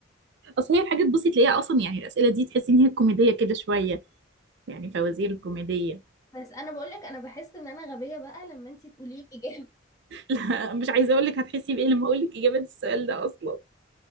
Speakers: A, on the right; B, on the left.
A: اصل هي الحاجات بصي تلاقيها اصلا يعني الاسئلة دي تحسي ان هي كوميدية كده شوية يعني فوازير كوميدية
B: بس انا بقولك انا بحس ان انا غبية بقى لما انتي تقولي لي اجابة
A: <laughs> لا مش عايزه اقول لك هتحسي بايه لما اقول لك اجابه السؤال ده اصلا